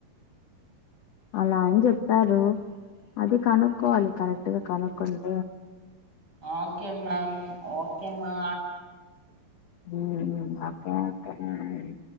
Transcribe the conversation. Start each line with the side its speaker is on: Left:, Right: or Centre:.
Left: అలా అని చెప్పారు అది కనుక్కోవాలి కరెక్ట్ ఇద కాలకుంట
Right: ఓకే మమ్ ఓకే మా
Left: హ క అ